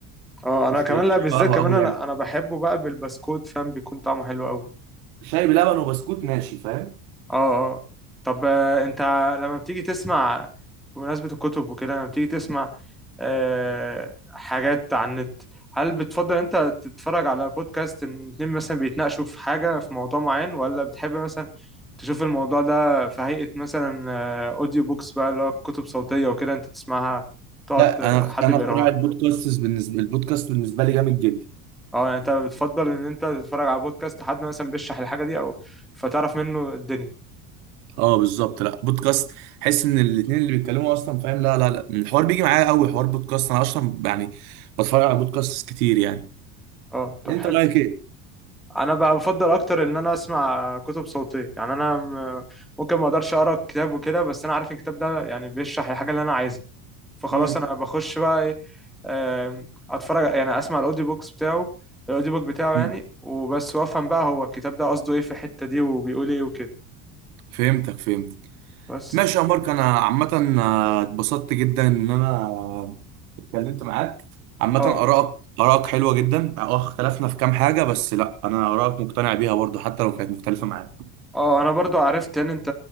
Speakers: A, in the centre; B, on the right.
A: اه انا
B: مش
A: كمان
B: كيف
A: لا
B: شاي
A: بالذات
B: وقهوه
A: كمان
B: قوي
A: انا
B: يعني
A: انا بحبه بقى بالبسكوت فاهم بيكون طعمه حلو قوي
B: شاي بلبن وبسكوت ماشي فاهم
A: اه اه طب آه، انت لما بتيجي تسمع بمناسبة الكتب وكده لما بتيجي تسمع آه، حاجات على النت هل بتفضل انت تتفرج على بودكاست ان اتنين مثلا بيتناقشوا في حاجة في موضوع معين ولا بتحب مثلا تشوف الموضوع ده في هيئة مثلا آه، اوديو بوكس بقى اللي هو كتب صوتية وكده انت تسمعها تقعد
B: لا
A: آه،
B: انا
A: حد
B: انا
A: بيقراها
B: اختراع البودكاست بالنسبه البودكاست بالنسبه لي جامد جدا
A: اه يعني انت بتفضل ان انت تتفرج على بودكاست حد مثلا بيشرح الحاجة دي او فتعرف منه الدنيا
B: اه بالظبط لا بودكاست حس ان الاثنين اللي بيتكلموا اصلا فاهم لا لا لا الحوار بيجي معايا قوي حوار بودكاست انا اصلا يعني بتفرج على بودكاست كتير يعني
A: اه طب
B: انت
A: حلو
B: رايك ايه
A: انا بقى بفضل اكتر ان انا اسمع كتب صوتيه يعني انا م- ممكن ما اقدرش اقرا كتاب وكده بس انا عارف إن الكتاب ده يعني بيشرح الحاجه اللي انا عايزها فخلاص
B: مم.
A: انا بخش بقى ايه آم، اتفرج يعني اسمع الاوديو بوكس بتاعه الاوديو بوك بتاعه
B: مم.
A: يعني وبس وافهم بقى هو الكتاب ده قصده ايه في الحته دي وبيقول ايه وكده
B: فهمتك فهمتك
A: بس
B: ماشي يا مارك انا عامه آه، اتبسطت جدا ان انا اتكلمت معاك عامه
A: اه
B: ارائك ارائك حلوه جدا اه اختلفنا في كام حاجه بس لا انا ارائك مقتنع بيها برضو حتى لو كانت مختلفه معايا
A: اه انا برضو عرفت ان انت